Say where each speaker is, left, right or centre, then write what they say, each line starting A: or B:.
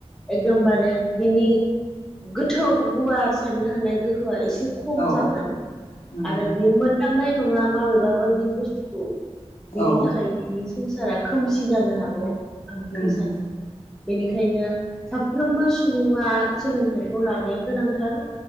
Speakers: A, in the centre; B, on the left (about 65°).
A: एकदमबारे बिनि गोथौ गुवार साननो हानाय गोहोआ एसे खम
B: औ
A: जागोन
B: नंगौ
A: आरो बियो मो खांनाय नङा माबेबावबायदि बुस्थुखौ बिनि
B: औ
A: थाखाय बे संसारा खोमसि जानो हागौ आं बेखौ
B: नंगौ
A: सानो बेनिखायनो साफ्रोमबो सुबुङा सोलोंथाइखौ लानाया गोनांथार।